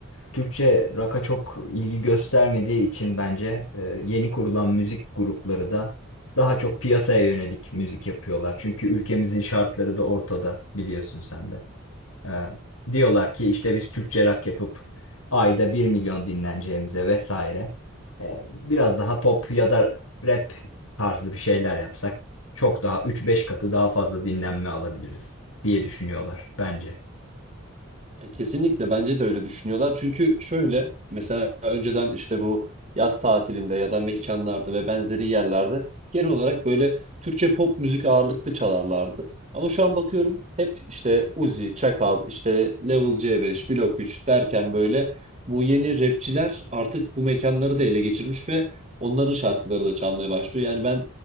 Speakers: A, on the left (about 75°); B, on the right (about 30°).
A: Türkçe rock'a çok ilgi göstermediği için bence e, yeni kurulan müzik grupları da daha çok piyasaya yönelik müzik yapıyorlar. Çünkü ülkemizin şartları da ortada biliyorsun sen de. Ee, diyorlar ki işte biz Türkçe rock yapıp ayda bir milyon dinleneceğimize vesaire. Ee, biraz daha pop ya da rap tarzı bir şeyler yapsak çok daha üç beş katı daha fazla dinlenme alabiliriz diye düşünüyorlar bence.
B: E, Kesinlikle bence de öyle düşünüyorlar. Çünkü şöyle mesela önceden işte bu yaz tatilinde ya da mekanlarda ve benzeri yerlerde genel olarak böyle Türkçe pop müzik ağırlıklı çalarlardı. Ama şu an bakıyorum hep işte Uzi, Çakal, işte Level C5, Blok 3 derken böyle bu yeni rapçiler artık bu mekanları da ele geçirmiş ve onların şarkıları da çalmaya başlıyor. Yani ben